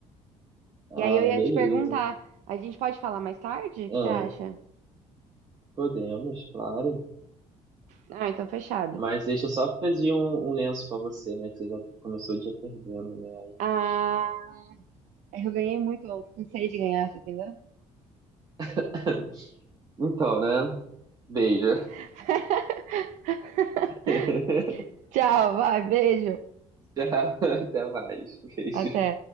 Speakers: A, on the right; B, on the right.
A: Ah,
B: E aí eu ia
A: beleza.
B: te perguntar, a gente pode falar mais tarde? O que
A: Ah,
B: você acha?
A: podemos, claro.
B: Ah, então fechado.
A: Mas deixa eu só pedir um, um lenço pra você, né? Que você já começou o dia perdendo, né? Aí,
B: Ah,
A: poxa.
B: eu ganhei muito ontem, cansei de ganhar, você entendeu?
A: <laughs> Então, né? Beijo.
B: <laughs>
A: <laughs>
B: Tchau, vai, beijo.
A: Tchau, até mais. Beijo.
B: Até.